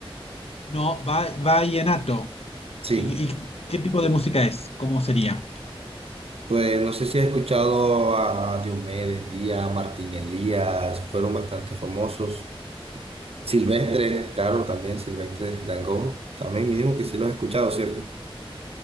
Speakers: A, on the left (about 90°); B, on the right (about 80°).
A: No, va, vallenato.
B: Sí,
A: ¿Y, y qué tipo de música es? ¿Cómo sería?
B: pues no sé si has escuchado a Diomedes Díaz, Martín Elías, fueron bastante famosos. Silvestre, claro, también Silvestre Dangond, también mínimo que sí los has escuchado, ¿cierto?